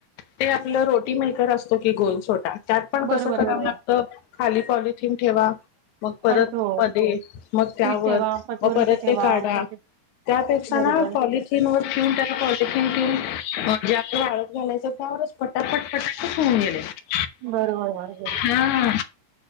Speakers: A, on the left; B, on the right.
A: ते आपलं रो टी मेकर असतो की गोलछोटा मेकर त्यात पण कसं
B: बरोबर,
A: करावं
B: बरोबर.
A: लागतं खाली कॉली <unintelligible> ठेवा
B: परत हो.
A: मग
B: पीठ
A: ते
B: ठेवा, परत वरून
A: <unintelligible>
B: ठेवा. परत
A: त्यावर
B: बरोबर.
A: ज्या वाळत घालायचं त्यावर पटापट <unintelligible>
B: बरोबर, बरोबर.
A: हा